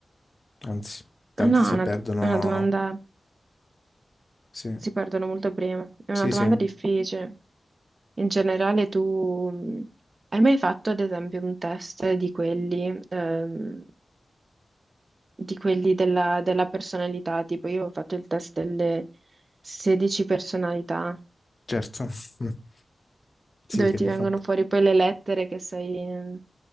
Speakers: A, on the left; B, on the right.
A: Anzi, tanti
B: Eh No,
A: si
B: è una,
A: perdono.
B: è una domanda.
A: Sì,
B: si perdono molto prima. È una
A: sì,
B: domanda
A: sì,
B: difficile. In generale, tu mh, hai mai fatto, ad esempio, un test di quelli, ehm, di quelli della, della personalità? Tipo, io ho fatto il test delle 16 personalità,
A: certo. <laughs> Sì,
B: dove
A: che
B: ti
A: l'ho
B: vengono
A: fatto.
B: fuori poi le lettere che sei, non